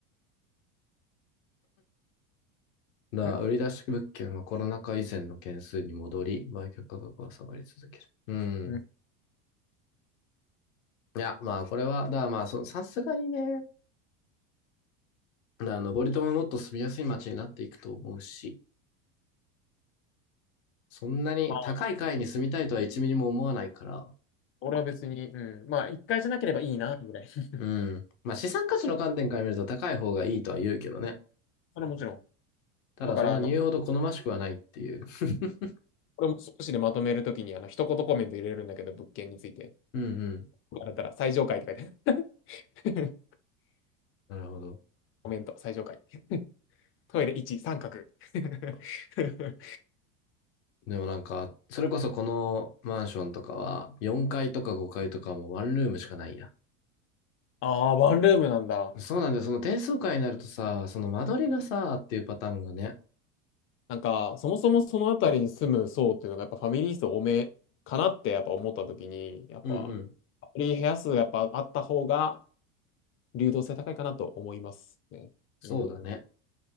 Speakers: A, on the left; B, on the left.
A: だから売り出し物件はコロナ禍以前の件数に戻り、
B: の。ん
A: 売却価格は下がり続ける。うん。
B: うん。
A: いや、まあこれは、だからまあそ、さすがにね、な登戸ももっと住みやすい街になっていくと思うし、そんなに高い階に住みたいとは1ミリも思わないから、
B: まあ、俺は別に、うん。まあ、一回じゃなければいいな、ぐらい。<laughs> そ
A: うん。まあ資産価値の観点から見ると高い方がいいとは言うけどね。
B: れはもちろん。
A: ただそんなに言うほど好ましくはないっていう。
B: だから、あの、
A: <laughs>
B: これも少しでまとめるときに、あの、一言コメント入れるんだけど、物件について。
A: うんうん。
B: あれたら、最上階って書いてある。<laughs>
A: なるほど。
B: コメント、最上階。トイレ1、三角。<laughs>
A: でもなんか、それこそこのマンションとかは、4階とか5階とかもワンルームしかないや。
B: ああ、ワンルームなんだ。
A: そうなんだよ。その低層階になるとさ、その間取りがさ、っていうパターンがね。
B: なんか、そもそもその辺りに住む層っていうのが、やっぱファミリー層多めかなってやっぱ思った時に、やっぱ、
A: うんうん。
B: ファミリー部屋数がやっぱあった方が、流動性高いかなと思いますね。
A: そうだね。
B: うん。